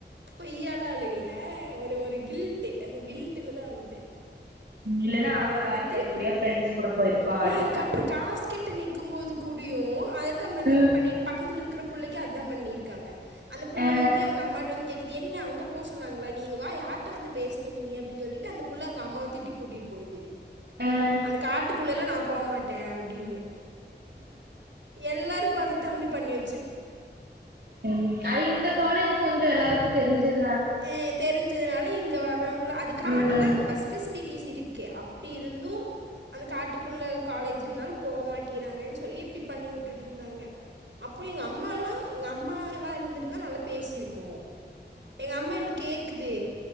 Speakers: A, on the right; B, on the right.
A: பொய்யாலா அழுகுல அ ஒரு ஒரு கில்ட்டூ அந்த கில்டூல தா அழுதே
B: இல்லன்னா அவ
A: அழுது
B: வேற யார் கூடயா ஃப்ரெண்ட்ஸ் கூட போயிருப்பா
A: டீ
B: அப்டின்ட்டா
A: அதுக்கப்ற காஸ் கெட்ட நிக்கும் போது கூடியு அது தாமண்ணன்
B: ம்
A: பண்ணிடு பக்கத்து இருக்குற புள்ளைக்கு அதாம் பண்ணிருக்காங்க அந்த புள்ளவந்து
B: அ
A: அவுங்க அம்மாட்ட வந் கேக்குது என்ன அங்க போ சொன்னாங்களா, நீ இங்க வா யார்ட்ட வந்து பேஸ்ன நீயு அப்டின் சொல்லிட்டு அந்தப் புள்ள அவுங்க அம்மாவ திட் ட்டிகூட்டிட்டு போது
B: அ
A: அந்த காட்டுப் குள்ள எல்லா நா போமாட் ட்ட அப்டின்னு எல்லாருக் கு அத தாண்டி பண்ணி வெ
B: ம் அது இந்த காலேஜூ கொஞ்சொ எல்லாருக்கு தெரிஞ்சது
A: இ தெரிஞ்சதுனால இங்க வரவுங்களா, அதுக்கா
B: ம்
A: அஆனா அங்க பஸ் ஃபெசிலி டீசிருக் கே அப்டி இருந்து அந்த காட்டுக் குல்ல காலேஜுன்னால போமாட்டிறாங்கன் சொல்லி இப்டி பண்ணி உட்டுட்ருந்தாங்க அப்போ எங்க அம்மாலா எங்க அம் அம்மா வா இருந்திருந்தா நல்லாத் பேசிருக்கோ எங்க அம்மா என்ட கேக்குது,